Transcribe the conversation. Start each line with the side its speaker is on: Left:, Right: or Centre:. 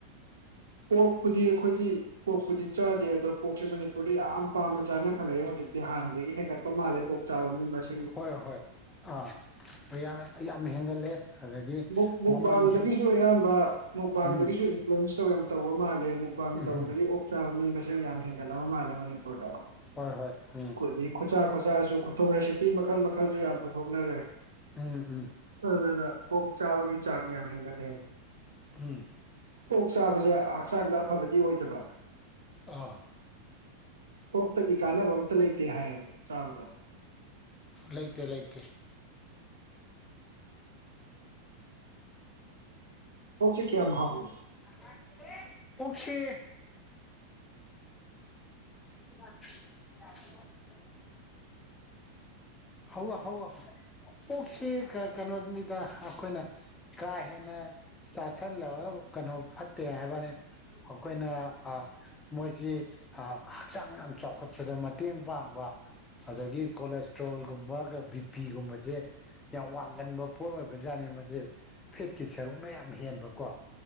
Right: ꯑꯣꯛꯄꯨꯗꯤ ꯑꯩꯈꯣꯏꯗꯤ ꯄꯣꯛꯄꯨꯗꯤ ꯆꯥꯗꯦ ꯑꯗꯣ ꯄꯣꯛꯁꯦ ꯃꯅꯤꯄꯨꯔꯗ ꯌꯥꯝ ꯄꯥꯝꯅ ꯆꯥꯅ ꯈꯠꯂꯛꯑꯦ ꯍꯧꯖꯤꯛꯇꯤ ꯍꯥꯟꯅꯗꯒꯤ ꯍꯦꯟꯒꯠ ꯄ ꯃꯥꯜꯂꯦ ꯄꯣꯛ ꯆꯥꯕ ꯃꯤ ꯃꯁꯤꯡ
Left: ꯍꯣꯏ ꯍꯣꯏ ꯑꯥ ꯌꯥꯝ ꯌꯥꯝ ꯍꯦꯟꯒꯠꯂꯦ ꯑꯗꯒꯤ
Right: ꯃꯨꯛ ꯃꯨꯛꯕꯥꯟꯗꯒꯤꯁꯨ
Left: ꯃꯃꯜꯁꯨ
Right: ꯑꯌꯥꯝꯕ ꯃꯨꯛꯕꯥꯟꯗꯒꯤꯁꯨ
Left: ꯎꯝ
Right: ꯂꯟꯁ ꯇꯧ ꯌꯥꯝ ꯇꯧꯕ ꯃꯥꯜꯂꯦ ꯃꯨꯛꯕꯥꯥꯡ
Left: ꯎꯝ
Right: ꯇꯧꯕꯗꯒꯤ
Left: ꯎꯝ
Right: ꯑꯣꯛ ꯆꯥꯕ ꯃꯤ ꯃꯁꯤꯡ ꯌꯥꯝ ꯍꯦꯟꯒꯠꯂꯕ ꯃꯥꯜꯂꯦ ꯃꯅꯤꯄꯨꯔꯗ
Left: ꯍꯣꯏ ꯍꯣꯏ ꯎꯝ
Right: ꯑꯗꯨꯗꯒꯤ ꯈꯨꯠꯆꯥ ꯈꯨꯠꯆꯥꯥꯁꯨ ꯈꯨꯊꯣꯡ ꯔꯦꯁꯤꯄꯤ ꯃꯈꯜ ꯃꯈꯜꯁꯨ ꯌꯥꯝ ꯄꯨꯊꯣꯛꯅꯔ‌ꯦ
Left: ꯎꯝ ꯎꯝ
Right: ꯑꯗꯨꯅ ꯑꯣꯛ ꯆꯥꯕꯒꯤ ꯆꯥꯡ ꯌꯥꯝ ꯍꯦꯟꯒꯠꯂꯦ
Left: ꯍꯨꯝ
Right: ꯑꯣꯛ ꯆꯥꯕꯁꯦ ꯍꯛꯆꯥꯡꯗ ꯑꯐꯕꯗꯤ ꯑꯣꯏꯗꯕ
Left: ꯑꯥ
Right: ꯑꯣꯛꯇꯒꯤ ꯀꯥꯟꯅꯕ ꯑꯝꯇ ꯂꯩꯇꯦ ꯍꯥꯏꯌꯦꯕ ꯆꯥꯕꯗ
Left: ꯂꯩꯇꯦ ꯂꯩꯇꯦ
Right: ꯑꯣꯛꯁ‌ꯦ ꯀꯌꯥꯝ ꯍꯥꯎꯒ‌ꯦ
Left: ꯂꯥꯛꯇ‌ꯦꯍ‌ꯦ ꯑꯣꯛꯁ‌ꯦ <unintelligible> ꯍꯧ ꯍꯧ ꯑꯣꯛꯁꯤ ꯀ ꯀꯩꯅꯣꯅꯤꯗ ꯑꯩꯈꯣꯏꯅ ꯀꯥꯍꯦꯟꯅ ꯆꯥꯥꯁꯜꯂꯒ ꯀꯩꯅꯣ ꯐꯠꯇꯦ ꯍꯥꯏꯕ ꯋꯥꯅꯤ ꯑꯩꯈꯣꯏꯅ ꯑꯥ ꯃꯣꯏꯁꯤ ꯍ ꯍꯛꯆꯥꯡ ꯌꯥꯝ ꯆꯥꯎꯈꯠꯄꯗ ꯃꯇꯦꯡ ꯄꯥꯡꯕ ꯑꯗꯨꯗꯒꯤ ꯀꯣꯂꯦꯁꯇ꯭ꯔꯣꯜ ꯒꯨꯝꯕꯒ ꯕꯤꯄꯤꯒꯨꯝꯕꯁꯦ ꯌꯥꯝ ꯋꯥꯡꯖꯟꯕ ꯄꯣꯠ ꯑꯣꯏꯕꯖꯥꯠꯅꯤ ꯃꯁꯦ ꯐꯦꯠꯀꯤ ꯁꯔꯨꯛꯅ ꯌꯥꯝ ꯍꯦꯟꯕꯀꯣ